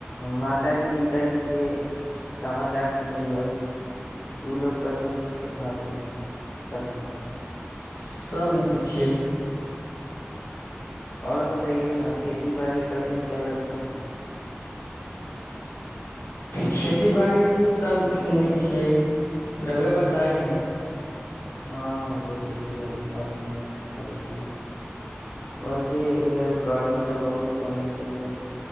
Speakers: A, on the left; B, on the left.
A: माताजी पिताजी के समाचार सुनैय ओ लोग कैसन हथिन छथिन
B: सभ नीक छै
A: आओर बतैयौ ने खेती बाड़ी कैसन चलत हइ
B: खेती बाड़ी भी सब नीक छियै रुआ बताई ने
A: हँ हमरो खेती बाड़ी सभ नीकसँ चलैत छै वैसे उधर गर्मी तऽ बहुत पड़ैत छै तऽ